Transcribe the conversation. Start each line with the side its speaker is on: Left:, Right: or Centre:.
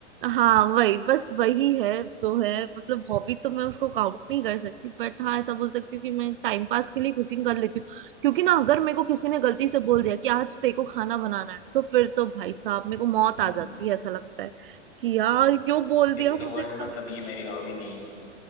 Right: हाँ वही बस वही है जो है मतलब हॉबी तो मैं उसको काउंट नहीं कर सकती बट हाँ ऐसा बोल सकती हूँ कि मैं टाइम पास के लिए कुकिंग कर लेती हूँ क्योंकि ना अगर मेरे को किसी ने गलती से बोल दिया कि आज तेरे को खाना बनाना है तो फिर तो भाई साहब मेरे को मौत
Left: हैं
Right: आ
Left: हम्म।
Right: जाती है ऐसा लगता है कि यार क्यों बोल
Left: फिर
Right: दिया मुझे
Left: तो हुआ
Right: खा-
Left: कि मतलब ये मेरी हॉबी नहीं है